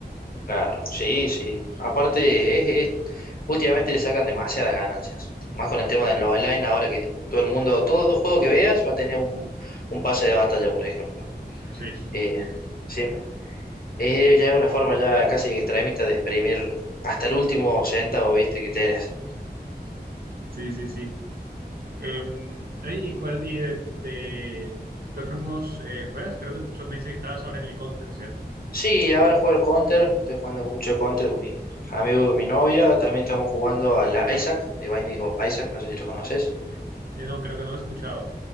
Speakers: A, on the left; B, on the right.
A: Claro, sí, sí. Aparte, es, es- últimamente le sacan demasiadas ganancias. Más con el tema de los online, ahora que todo el mundo, todo juego que veas va a tener un, un pase de batalla, por ejemplo.
B: Sí,
A: Eh,
B: <laughs>
A: sí, Es ya una forma ya casi extremista de exprimir hasta el último centavo, viste, que tenés.
B: sí, sí, sí. Em, ay, ¿y cuál, y de, de- qué otros juegos eh, juegas? Creo que son, me dice que estabas ahora en el Counter, ¿cierto?
A: Sí, ahora juego al Counter, estoy jugando con mucho Counter con mi amigo, y con mi novia, también estamos jugando al Isaac, de Binding of Isaac, no sé si lo conoces.
B: Eh, no, creo que no lo he escuchado.